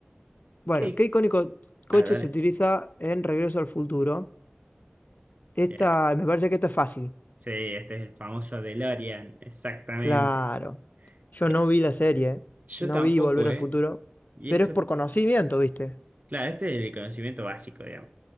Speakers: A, on the left; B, on the right.
A: Bueno,
B: ¿Qué?
A: ¿qué icónico coche
B: Ah, dale.
A: se utiliza en Regreso al Futuro? Esta,
B: Bien.
A: me parece que esta es fácil.
B: Sí, este es el famoso DeLorean, exactamente.
A: Claro. Yo
B: Eh,
A: no vi la serie,
B: Yo
A: no
B: tampoco,
A: vi Volver al
B: ¿eh?
A: Futuro,
B: Y
A: pero
B: eso,
A: es por conocimiento, ¿viste?
B: claro, este es el conocimiento básico, digamos.